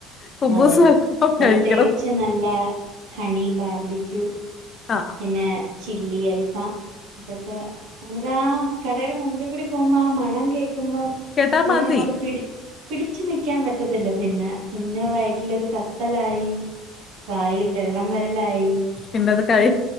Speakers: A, on the left (about 35°); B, on the right (about 70°).
A: കുബ്ബൂസ്
B: അതെ പ്രത്യേകിച്ച്
A: കഴിക്കണം.
B: നല്ല ഹണി ബാർബിക്കൂ
A: ആ
B: പിന്നെ ചില്ലി അൽഫാം. ഇതൊക്കെ ഇതാ കടയുടെ മുമ്പി കൂടി പോകുമ്പോ ആ മണം കേൾക്കുമ്പോ
A: കേട്ടാ
B: നമുക്ക്
A: മതി
B: അങ്ങോട്ട് പിടിച്ച് പിടിച്ചു നിക്കാൻ പറ്റത്തില്ല പിന്നെ പിന്നെ വയറ്റിലൊരു കത്തലായി വായിൽ വെള്ളം വരലായി
A: പിന്നത് കഴി